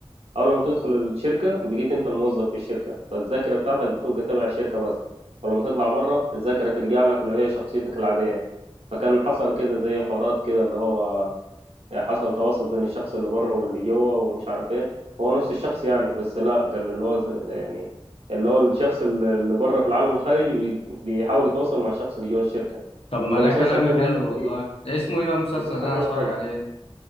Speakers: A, on the right; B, on the left.
A: أول ما بتدخل الشركة بقيت أنت الموظف في الشركة فالذاكرة بتاعتك بتبقى تبع الشركة بس ولما تطلع بره الذاكرة ترجع لك اللي هي شخصيتك العادية فكان حصل كده زي حوارات كده اللي هو يعني حصل تواصل بين الشخص اللي بره واللي جوه ومش عارف ايه هو نفس الشخص يعني بس لا قال اللي هو ز- يعني اللي هو الشخص اللي اللي بره في العالم الخارجي بي- بيحاول يتواصل مع الشخص اللي جوه الشركة
B: طب ما
A: فكان
B: ده
A: مسلسل
B: كلام
A: حلو
B: حلو
A: يعني
B: والله
A: فيه
B: اسمه إيه بقى المسلسل
A: مسلسل
B: ده أنا
A: حلو
B: عايز أتفرج
A: خالص
B: عليه